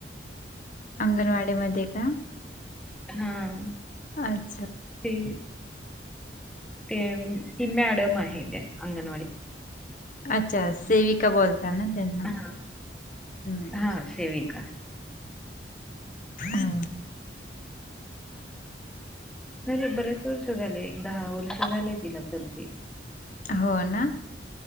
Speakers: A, on the left; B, in the centre.
A: अंगणवाडीमध्ये का?
B: हा,
A: अच्छा
B: ते ते ती मॅडम आहे त्या अंगणवाडीची.
A: अच्छा, सेविका बोलता ना त्यांना.
B: हां,
A: हम्म.
B: हां सेविका.
A: हा.
B: झाले बरेच वर्ष झाले, एक दहा वर्ष झाले तिला करतीये.
A: हो ना?